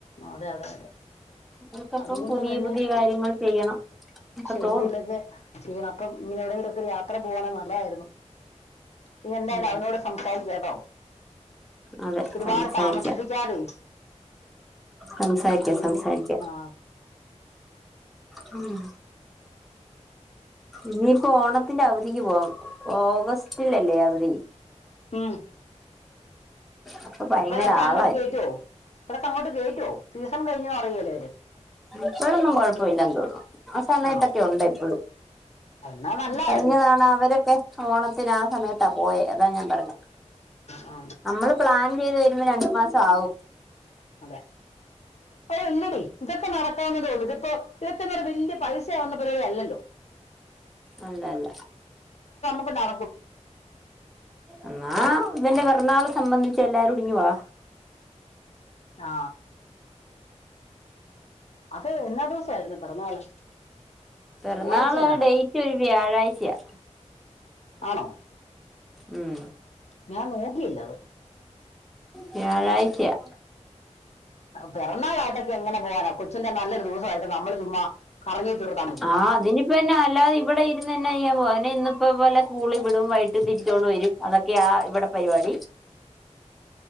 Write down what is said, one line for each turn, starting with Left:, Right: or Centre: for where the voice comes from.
Left: അതെഅതെ അതെ.
Centre: അവർക്കപ്പം
Left: അതുകൊണ്ട്
Centre: പുതിയ
Left: തന്നെ
Centre: പുതിയ കാര്യങ്ങൾ ചെയ്യണം
Left: പക്ഷെ
Centre: ഒക്കെ തോന്നും
Left: എന്തേങ്കലൊക്കെ ചെയ്യണം അപ്പൊ ഇങ്ങനെ എവിടെങ്കിലുമൊക്കെ യാത്ര പോകണ നല്ലതായിരുന്നു നീ എന്തായാലും
Centre: ഉം
Left: അവനോട് സംസാരിച്ച് കേട്ടോ
Centre: അതെ
Left: ഒരുപാട്
Centre: സംസാരിക്കാം
Left: താമസിപ്പിക്കാതെ
Centre: സംസാരിക്കാം
Left: എന്നിട്ടേതെന്തെകിലും
Centre: സംസാരിക്കാം
Left: ആ
Centre: ഉം ഇനിയിപ്പോ ഓണത്തിന്റെ അവധിക്ക് പോവാം ഓഗസ്റ്റിലല്ലേ അവധി
Left: ഉ
Centre: അപ്പൊ ഭയങ്കര
Left: അപ്പഴൊക്കെ അങ്ങോട്ട്
Centre: ആളായിരിക്കും
Left: കേയറ്റോ ഇപ്പോ അങ്ങോട്ട് കേറ്റുവോ സീസൺ കഴിഞ്ഞ അറിയൂലെ അവര്
Centre: എപ്പോഴൊന്നും കൊഴപ്പമില്ലന്ന് തോന്നുന്ന് ആ സമയത്തൊക്കെ
Left: ആണോ
Centre: ഉണ്ട് എപ്പോഴും
Left: എന്നാ നല്ലായിരുന്നു
Centre: അ എങ്ങനെയാണ് അവരൊക്കെ ഓണത്തിന് ആ സമയത്താ പോയ അതാ ഞാൻ പറഞ്ഞു
Left: ആ
Centre: നമ്മള് പ്ലാൻ ചെയ്ത് വരുമ്പോ രണ്ടു മാസം ആവും
Left: അതെ അപ്പൊ ഇല്ലടി ഇതൊക്കെ നടക്കാവുന്നതേ ഉളളൂ ഇത് ഇപ്പൊ ഇതൊക്കെങ്ങനെ വലിയ പൈസയാവുന്ന പരിപാടി അല്ലല്ലോ
Centre: അല്ല അല്ല
Left: ണ് കുട്ടി
Centre: എന്നാ ഇവന്റെ പിറന്നാൾ സംബന്ധിച്ച് എല്ലാരുടിങ്ങു വാ
Left: ആ അതെ എന്നാ ദിവസം ആയിരുന്നു പിറന്നാള്
Centre: പിറന്നാള്
Left: ചൊവ്വാഴ്ച കണ്ട
Centre: ഡേറ്റ് ഒരു വ്യാഴാഴ്ചയാ
Left: ആണോ
Centre: ഉം
Left: ഞാൻ നോക്കിയില്ലത്
Centre: വ്യാഴാഴ്ച്ചയാ
Left: പെറന്നാളായിട്ടൊക്കെ എങ്ങനെ പോവാനോ കൊച്ചിന്റെ നല്ലൊരു ദിവസമായിട്ട് നമ്മള് ചുമ്മാ കറങ്ങി തീർത്താൻ മതിയോ
Centre: ആ അതിനിപ്പന്ന അല്ലാതെ ഇവിടെ ഇ തന്നെെയ്യാൻ പോ ഇന്നപ്പോ പോലെ സ്കൂളിൽ വിടും വൈകിട്ട് തിരിച്ചൊണ്ട് വരും അതൊക്കെയ ആ ഇവിടെ പരിപാടി